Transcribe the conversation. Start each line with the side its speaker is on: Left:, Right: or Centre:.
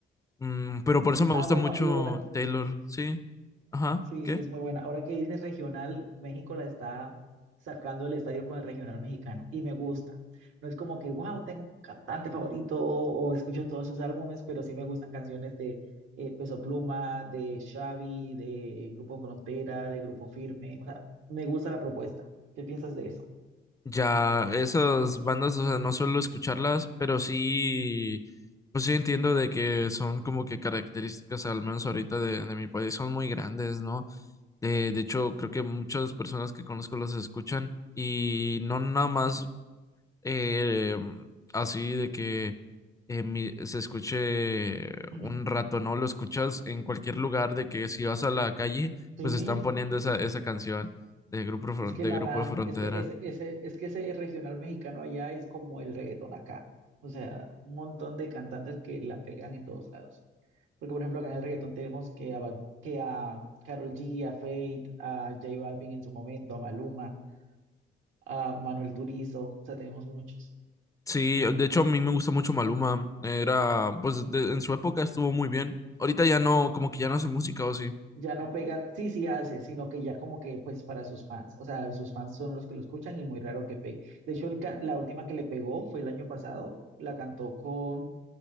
Left: Mm, pero por eso
Right: Sí,
Left: me
Right: ah,
Left: gusta
Right: bueno,
Left: mucho
Right: y ahora
Left: Taylor, sí. Ajá,
Right: Sí,
Left: ¿qué?
Right: sí, es muy buena. Ahora que dices regional, México la está sacando del estadio con el regional mexicano y me gusta. No es como que, wow, tengo un cantante favorito o, o escucho todos sus álbumes, pero sí me gustan canciones de eh, Peso Pluma, de Xavi, de Grupo Frontera, de Grupo Firme. O sea, me gusta la propuesta. ¿Qué piensas de eso?
Left: Ya, esas bandas, o sea, no suelo escucharlas, pero sí, pues sí entiendo de que son como que características, al menos ahorita de, de mi país, son muy grandes, ¿no? De, de hecho, creo que muchas personas que conozco las escuchan y no nada más eh, así de que eh, mi- se escuche
Right: <clears throat>
Left: un rato, ¿no? Lo escuchas en cualquier lugar de que si vas a la calle,
Right: Sí,
Left: pues están poniendo esa, esa canción de Grupo, Fron-
Right: Es que
Left: de
Right: la
Left: Grupo
Right: dan,
Left: de Frontera.
Right: es que ese, ese, es que ese regional mexicano allá es como el reggaetón acá. O sea, un montón de cantantes que la pegan en todos lados. Porque, por ejemplo, acá en el reggaetón tenemos que a, Bad- que a Karol G, a Fate, a J Balvin en su momento, a Maluma, a Manuel Turizo. O sea, tenemos muchos.
Left: Sí, de hecho a mí me gusta mucho Maluma. Era, pues de- en su época estuvo muy bien. Ahorita ya no, como que ya no hace música o sí.
Right: Ya no pega, sí, sí hace, sino que ya como que, pues, para sus fans. O sea, sus fans son los que lo escuchan y muy raro que pegue. De hecho, el ca- la última que le pegó fue el año pasado. La cantó con